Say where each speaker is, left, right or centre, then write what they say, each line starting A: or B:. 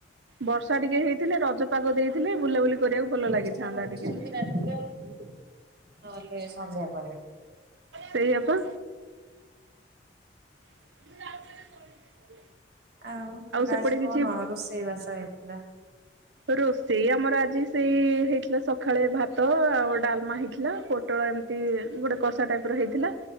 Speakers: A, on the right; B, on the right.
A: ବର୍ଷା ଟିକେ ହେଇଥିଲେ ରଜ ପାଗ ଦେଇଥିଲେ ବୁଲାବୁଲି କରିବାକୁ ଭଲ
B: ବର୍ଷା
A: ଲାଗିଥାନ୍ତା
B: ହଉଛି
A: ଟିକେ
B: ଯଦି ରାତିରେ ହଉଛି ନହେଲେ ସନ୍ଧ୍ୟା ପରେ।
A: ସେଇଆ ପା। <unintelligible>
B: ଆଉ ଗାଜି
A: ସେପଟେ
B: କଣ
A: କିଛି
B: ରୋଷେଇବାସ ହେଇଥିଲା?
A: ରୋଷେଇ ଆମର ଆଜି ସେଇ ହେଇଥିଲା ସକାଳେ ଭାତ ଆଉ ଡ଼ାଲମା ହେଇଥିଲା ପୋଟଳ ଏମ୍ ତି ଗୋଟେ କଷା ଟାଇପ୍ ର ହେଇଥିଲା।